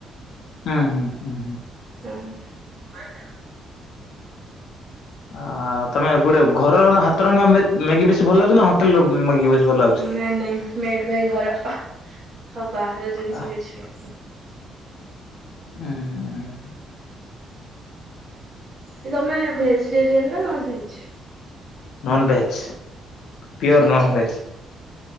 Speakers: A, on the left; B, on the right.
A: ହୁଁ ହୁଁ ହୁଁ।
B: ହୁଁ।
A: ଆ ତମେ ଗୋଟେ ଘର ର ହାତରନ୍ଧା ମା ମ୍ୟାଗି ବେଶୀ ଭଲ ଲାଗୁଚି ନା ହୋଟେଲ ର ମ୍ୟାଗି ବେଶୀ ଭଲ ଲାଗୁଚି।
B: ନାଇଁ ନାଇଁ ମେଡ ବାଇ ଘର ଆଉ ବାହାର ଜିନିଷ
A: ଆ
B: କିଛି
A: ହୁଁ ଉଁ।
B: କି ତମେ ଭେଜିଟେରିୟନ ନା non veg?
A: Non veg. Pure ନନ୍
B: ଚି
A: ଭେଜ୍